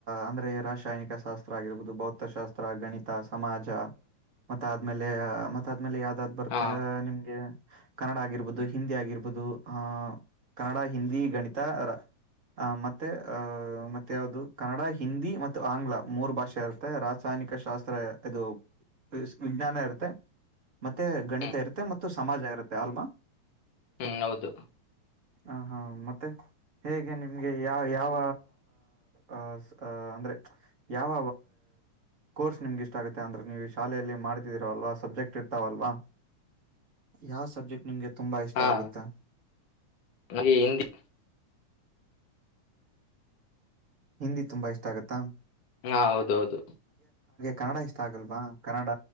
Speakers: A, on the right (about 40°); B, on the left (about 60°).
A: ಅಂದ್ರೆ ರಾಸಾಯನಿಕ ಶಾಸ್ತ್ರ ಆಗಿರ್ಬಹುದು ಭೌತಶಾಸ್ತ್ರ ಗಣಿತ ಸಮಾಜ ಮ ಆದ್ಮೇಲೆ ಮ ಆದ್ಮೇಲೆ ಯಾವ್ದಾದ್ ಬರ್ತಾ
B: ಹಾ
A: ನಿಮಗೆ ಕನ್ನಡ ಆಗಿರ್ಬೋದು ಹಿಂದಿ ಆಗಿರ್ಬೋದು ಆಹ ಕನ್ನಡ ಹಿಂದಿ ಗಣಿತ ಆ ಮತ್ತೆ ಅ ಮತ್ತೆ ಯಾವ್ದದು ಕನ್ನಡ ಹಿಂದಿ ಮತ್ತು ಆಂಗ್ಲ ಮೂರು ಭಾಷೆ ಇರುತ್ತೆ ರಾಸಾಯನಿಕ ಶಾಸ್ತ್ರ ಇದು ವಿಜ್ಞಾನ ಇರುತ್ತೆ ಮತ್ತೆ ಗಣಿತ
B: ಹ್ಮ್
A: ಇರುತ್ತೆ ಮತ್ತು ಸಮಾಜ ಇರುತ್ತೆ ಅಲ್ವಾ
B: ಹ್ಮ್ ಹೌದು
A: ಹ ಹಾ ಮತ್ತೆ ಹೇಗೆ ಹ ನಿಮ್ಗೆ ಯಾವ ಯಾವ ಆ ಅಂದ್ರೆ ಯಾವ ಕೋರ್ಸ್ ನಿಮ್ಗೆಿಷ್ಟ ಆಗುತ್ತೆ ಅಂದ್ರೆ ನೀವು ಈ ಶಾಲೆಯಲ್ಲಿ ಮಾಡ್ತಿದ್ದೀರೋಲ್ವಾ ಸಬ್ಜೆಕ್ಟ್ ಇರ್ತಾವಲ್ವಾ ಯಾವ ಸಬ್ಜೆಕ್ಟ್ ನಿಮ್ಗೆ ತುಂಬಾ ಇಷ್ಟ
B: ಹಾ
A: ಆಗುತ್ತೆ
B: ನಮಗೆ ಹಿಂದಿ
A: ಹಿಂದಿ ತುಂಬಾ ಇಷ್ಟ ಆಗತ್ತಾ
B: ಹಾ ಹೌದೌದು
A: ಕನ್ನಡ ಇಷ್ಟ ಆಗಲ್ವಾ ಕನ್ನಡ